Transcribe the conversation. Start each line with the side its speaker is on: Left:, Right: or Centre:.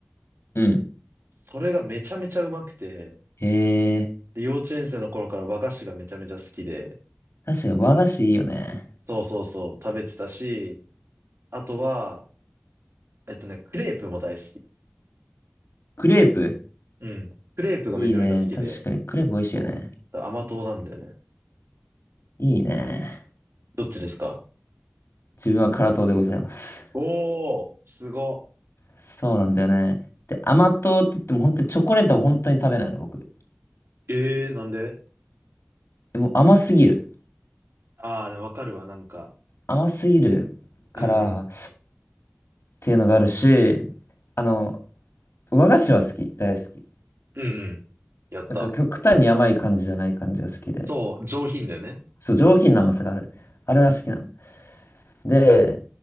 Left: うん
Right: それがめちゃめちゃうまくて、
Left: へえ、
Right: で、幼稚園生の頃から和菓子がめちゃめちゃ好きで、
Left: 確かに和菓子いいよね。
Right: そうそうそう、食べてたし、あとは、えっとね、クレープも大好き。
Left: クレープ
Right: うん。クレープがめちゃめちゃ好きで、
Left: いいね。確かにクレープ美味しいよね。
Right: そう。だから甘党なんだよね。
Left: いいね。
Right: どっちですか
Left: 自分は辛党でございます。
Right: おー、すご。
Left: そうなんだよね。で、甘党って言っても本当にチョコレートは本当に食べないの、僕。
Right: えー、なんで
Left: でも甘すぎる。
Right: あー、でもわかるわ、なんか。
Left: 甘すぎるからっ
Right: うんうん。
Left: ていうのがあるし、あの、和菓子は好き。大好き。
Right: うんうん。やった。
Left: なんか極端に甘い感じじゃない感じが好きで。
Right: そう、上品だよね。
Left: そう、上品な甘さがある。あれは好きなの。で、